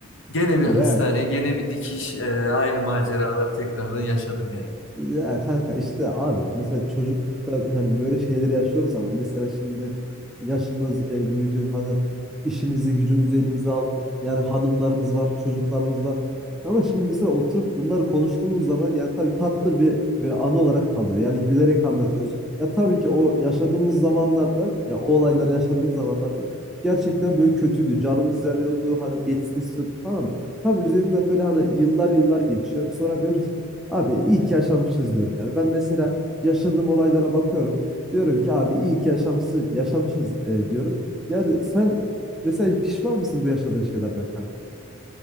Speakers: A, on the left (about 60°); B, in the centre.
A: Gene bir
B: Ya
A: hastane, gene bir dikiş, e, aynı maceraları tekrardan yaşadım yani.
B: Ya kanka işte abi mesela çocuklukta hani böyle şeyleri yaşıyoruz ama mesela şimdi yaşımız e, büyüdü hani işimizi gücümüzü elimize aldık yani hanımlarımız var çocuklarımız var ama şimdi mesela oturup bunları konuştuğumuz zaman yani tabii tatlı bir böyle anı olarak kalıyor yani gülerek anlatıyoruz ya tabii ki o yaşadığımız zamanlarda ya o olayları yaşadığımız zamanlarda gerçekten böyle kötüydü canımız yanıyordu hani geçsin istiyorduk falan ama tabii üzerinden böyle hani yıllar yıllar geçiyor sonra diyoruz ki Abi iyi ki yaşamışız diyorum. Yani ben mesela yaşadığım olaylara bakıyorum. Diyorum ki abi iyi ki yaşamsız, yaşamışız e, diyorum. Yani sen mesela pişman mısın bu yaşadığın şeylerden kanka?